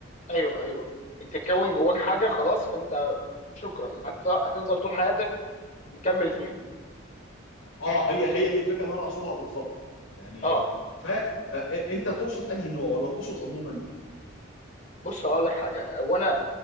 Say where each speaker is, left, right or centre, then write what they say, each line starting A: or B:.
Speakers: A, on the left; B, on the left.
A: ايوه ايوه انت تكون جواك حاجه خلاص فانت شكرا هت... هتفضل طول حياتك مكمل فيها
B: اه هي هي
A: انت أنت-
B: دي الفكره اللي انا اقصدها بالظبط يعني
A: اه
B: ف آه، انت تقصد انهي نوع ولا تقصد عموما؟
A: بص هقول لك حاجه هو انا